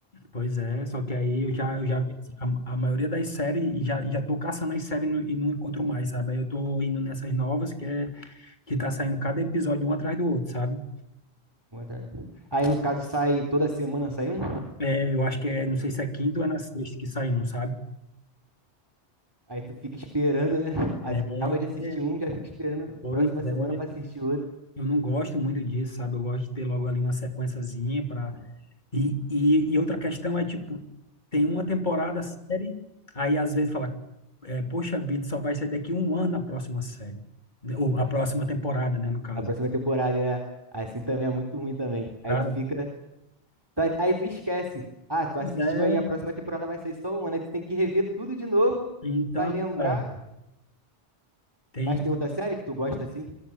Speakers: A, on the left; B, on the right.
A: Pois é, só que aí eu já, eu já vi assim, a, a maioria das séries e já, já tô caçando as séries no- e não encontro mais, sabe? Aí eu tô indo nessas novas que é que tá saindo cada episódio um atrás do outro, sabe?
B: Um atrás. Aí no caso sai toda semana sai um,
A: É, eu acho que é, não sei se é quinta ou é na sexta que sai um, sabe?
B: aí tu fica esperando, né? <laughs> Acaba
A: É,
B: de assistir um, já fica esperando a
A: pois
B: próxima semana
A: é.
B: pra assistir outro.
A: Eu não gosto muito disso, sabe? Eu gosto de ter logo ali uma sequenciazinha
B: Uma-
A: E, e, e outra questão é, tipo, tem uma temporada a série, aí às vezes fala, é, poxa vida, só vai sair daqui um ano a próxima série. né, Ou a próxima temporada, né, no caso.
B: A próxima temporada é assim também, é muito ruim também. Aí
A: Cara,
B: tu fica. tu- Aí tu esquece. Ah, tu
A: pois
B: assistiu
A: é,
B: aí, a próxima temporada vai ser só uma, né? Tu tem que rever tudo de novo
A: então,
B: pra lembrar.
A: cara, tem.
B: Mas tem outra série que tu gosta assim?